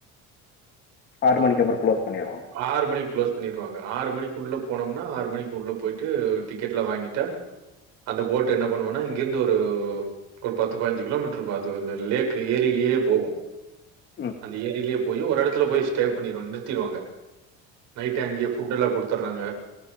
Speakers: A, on the left (about 40°); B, on the right (about 70°).
A: ஆறு மணிக்கப்பறோ க்ளோஸ் பண்ணிடுவாங்க
B: ஆறு மணிக்கு க்ளோஸ் பண்ணிருவாங்க ஆறு மணிக்கு உள்ளே போனோம்னா ஆறு மணிக்கு உள்ள போயிட்டு டிக்கெட்லா வாங்கிட்டு அந்த போட்டு் என்ன பண்ணுவனா இங்கிருந்து ஒரு ஒரு பத்து பதினஞ்சு கிலோமீட்டர் இருக்கு அது லேக் ஏரியிலேயே போகு
A: ம்
B: அந்த ஏரியிலயே போய் ஒரு எடத்துல போய் ஸ்டே பண்ணிரூ நிறுத்திடுவாங்க நைட்டு அங்கேயே ஃபுட்டெல்லா குடுத்துறாங்க